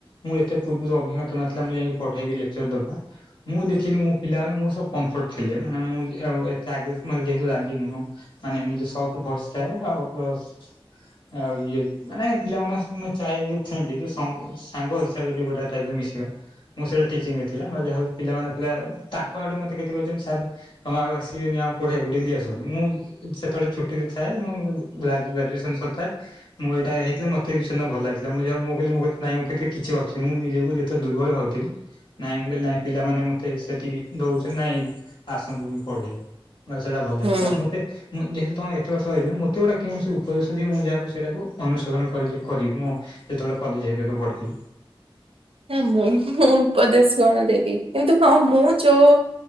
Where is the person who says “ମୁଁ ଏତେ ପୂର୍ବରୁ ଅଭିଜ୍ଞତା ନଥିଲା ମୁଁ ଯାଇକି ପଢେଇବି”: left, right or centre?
Left